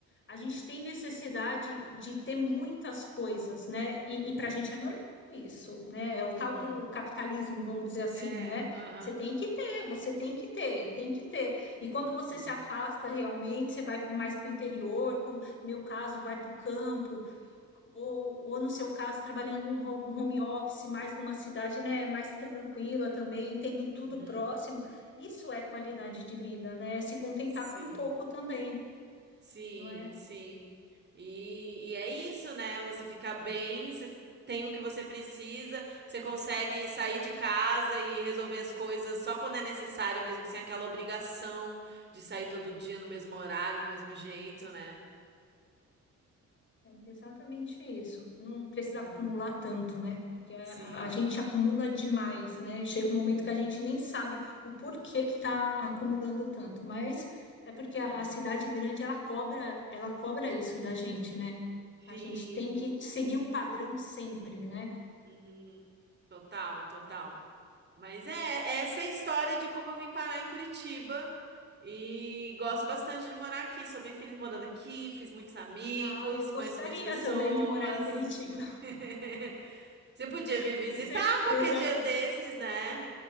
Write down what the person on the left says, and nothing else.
a gente tem necessidade de ter muitas coisas, né? E, e para a gente é normal isso, né? É o tal
do capitalismo, vamos dizer assim,
né?
Você tem que ter, você tem que ter, tem que ter. E quando você
se afasta realmente, você vai mais para o interior, como meu caso, vai para o campo, ou, ou no seu caso, trabalhando um ho- um home office, mais numa cidade, né, mais tranquila também, tendo tudo
próximo, isso é qualidade de vida, né? É Se contentar
com pouco também,
não é?
É exatamente isso. Não precisa
acumular tanto, né? Porque a,
a gente acumula demais, né? Chega um momento
que a gente nem sabe o porquê que está acumulando tanto, mas é porque a,
a cidade grande ela cobra, ela cobra isso da gente, né?
A gente tem que seguir um padrão sempre, né?
Ah, eu gostaria
também de morar em Curitiba,
<laughs>
com certeza.